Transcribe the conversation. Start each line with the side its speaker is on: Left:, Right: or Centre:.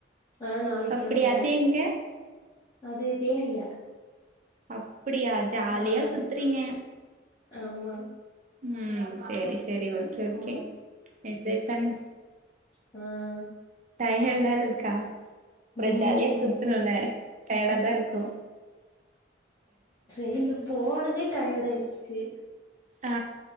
Left: ஆ நாளைக்கு
Right: அப்டியா
Left: கெளம்புறே
Right: அது எங்க
Left: அது தேனில
Right: அப் அப்படியா ஜாலியா
Left: ஆ
Right: சுத்துறீங்க
Left: ஆமா
Right: ம் சரி சரி ஓகே ஓகே
Left: ஆ
Right: என்ஜாய் பண்ணு
Left: ம்
Right: டையண்டா இருக்கா அப்புறம்
Left: ம்
Right: ஜாலியா சுத்தணும்ல
Left: சுத்தி சுத்தி
Right: டயர்டாதான் இருக்கும்
Left: ஆ ட்ரெயின்ல போனதே டயர்ட் ஆயிிருடுச்சு
Right: ஆ